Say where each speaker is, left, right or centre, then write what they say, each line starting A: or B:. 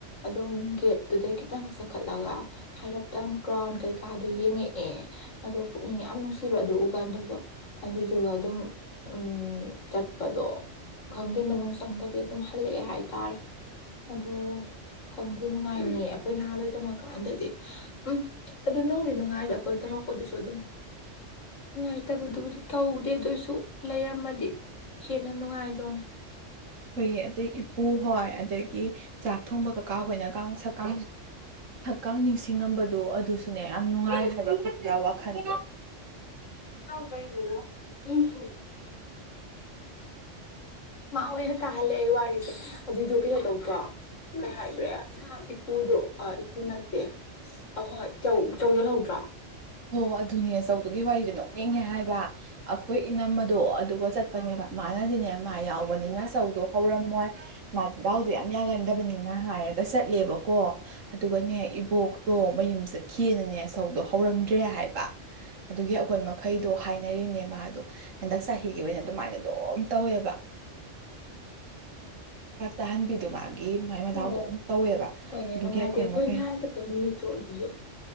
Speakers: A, on the left; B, on the right.
A: ꯑꯗꯨꯝ ꯒꯦꯠꯇꯨꯗꯩ ꯈꯤꯇꯪꯈꯛ ꯆꯈꯠꯂꯒ ꯍꯥꯏꯔꯞꯇꯪ ꯀ꯭ꯔꯥꯎꯟ ꯀꯩꯀꯥꯗꯣ ꯌꯦꯡꯉꯛꯑꯦ ꯑꯗꯣ ꯄꯨꯛꯅꯤꯡ ꯌꯥꯝ ꯅꯨꯡꯁꯤꯕ ꯑꯗꯨ ꯎ ꯀꯥꯟꯗꯁꯨ ꯑꯗꯨꯏꯗꯨꯒ ꯑꯗꯨꯝ ꯎꯝ ꯎ ꯆꯠꯄꯗꯣ ꯈꯪꯗꯦ ꯃꯅꯨꯡ ꯆꯪꯗꯕꯤ ꯑꯗꯨꯝ ꯍꯜꯂꯛꯑꯦ ꯍꯥꯏꯇꯥꯔꯦ ꯑꯗꯣ ꯈꯪꯗꯦ ꯅꯨꯡꯉꯥꯏꯅꯤꯌꯦ ꯑꯩꯈꯣꯏ ꯅꯍꯥꯥꯟꯋꯥꯏ ꯇꯝꯃꯛ ꯀꯥꯟꯗꯗꯤ ꯎꯝ ꯑꯗꯨ ꯅꯨꯡꯗꯤ ꯅꯨꯡꯉꯥꯏꯗ ꯑꯩꯈꯣꯏ ꯇꯃꯛꯄꯣꯗꯨꯁꯨ ꯑꯗꯨꯝ ꯅꯨꯡꯉꯥꯏꯇꯕꯗꯨꯕꯨꯗꯤ ꯇꯧꯗꯦ ꯑꯗꯨ ꯑꯣꯏꯁꯨ ꯂꯩꯔꯝꯃꯗꯤ ꯍꯦꯟꯅ ꯅꯨꯡꯉꯥꯏꯗꯧꯅꯦ
B: ꯍꯣꯏꯌꯦ ꯑꯇꯩ ꯏꯄꯨ ꯍꯣꯏ ꯑꯗꯒꯤ ꯆꯥꯛ ꯊꯣꯡꯕ ꯀꯀꯥ ꯍꯣꯏꯅ ꯛ ꯁꯛꯀ ꯀꯥꯡ ꯅꯤꯡꯁꯤꯡꯉꯝꯕꯗꯣ ꯑꯗꯨꯁꯨ ꯑꯗꯨꯨꯅꯦ ꯌꯥꯝ ꯅꯨꯡꯉꯥꯏ ꯍꯥꯏꯕ ꯈꯨꯗ ꯋꯥꯈꯜꯗꯣ
A: ꯇꯧꯕꯩꯗꯨꯕꯨ ꯌꯦꯡꯅꯤꯡꯗꯦ ꯃꯥꯑꯣꯏꯅ ꯇꯥꯍꯟꯂꯦ ꯑꯩ ꯋꯥꯔꯤꯁꯦ ꯑꯗꯨꯏꯗꯨ ꯀꯩꯅꯣ ꯇꯧꯗ꯭ꯔꯣ ꯀꯩ ꯍꯥꯏꯈ꯭ꯔꯦ ꯏꯄꯨꯗꯨ ꯑꯥ ꯏꯄꯨ ꯅꯠꯇꯦ ꯑ ꯍꯣꯏ ꯍꯣꯏ ꯆꯧ ꯆꯧ ꯌꯣꯟꯍꯧꯗ꯭ꯔꯣ
B: ꯍꯣ ꯑꯗꯨꯅꯦ ꯆꯧꯗꯨꯒꯤ ꯋꯥꯔꯤꯗꯨ ꯅꯣꯛꯅꯤꯡꯉꯦ ꯍꯥꯏꯕ ꯑꯩꯈꯣꯏ ꯏꯅꯝ ꯑꯗꯣ ꯑꯗꯨꯒ ꯆꯠꯄꯅꯦꯕ ꯃꯥꯅꯗꯤꯅꯦ ꯃꯥ ꯌꯥꯎꯕ ꯍꯅꯤꯅ ꯆꯧꯗꯣ ꯍꯧꯔꯝꯃꯣꯏ ꯃꯥ ꯗꯥꯎꯗꯣ ꯌꯥꯝ ꯌꯥꯒꯟꯗꯕꯅꯤꯅ ꯍꯥꯏꯔꯒ ꯆꯠꯂꯦꯕꯀꯣ ꯑꯗꯨꯒꯅꯦ ꯏꯕꯣꯛꯇꯣ ꯃꯌꯨꯝ ꯆꯠꯈꯤꯑꯅꯅꯦ ꯆꯧꯗꯣ ꯍꯧꯔꯝ ꯇ꯭ꯔꯦ ꯍꯥꯏꯕ ꯑꯗꯨꯒꯤ ꯑꯩꯈꯣꯏ ꯃꯈꯩꯗꯣ ꯍꯥꯏꯅꯔꯤꯅꯦ ꯃꯥꯗꯣ ꯍꯟꯗꯛ ꯆꯍꯤꯒꯤ ꯑꯣꯏꯅ ꯑꯗꯨꯃꯥꯏꯅ ꯑꯗꯨꯝ ꯇꯧꯋꯦꯕꯥ ꯇꯥꯍꯟꯕꯤꯗꯣ ꯃꯥꯒꯤ ꯃꯥꯏ ꯃꯗꯥꯎꯗꯣ
A: ꯑꯣ
B: ꯑꯗꯨꯝ ꯇꯧꯋꯦꯕ
A: ꯍꯣꯏꯅꯦ
B: ꯑꯗꯨꯒꯤ
A: ꯅꯨꯡꯉꯥꯏꯇꯦ
B: ꯑꯩꯈꯣꯏ
A: ꯑꯩꯈꯣꯏꯅ
B: ꯃꯈꯩ
A: ꯅꯍꯥꯟ ꯆꯠꯄ ꯅꯨꯃꯤꯠꯇꯣ ꯑꯗꯨꯁꯨ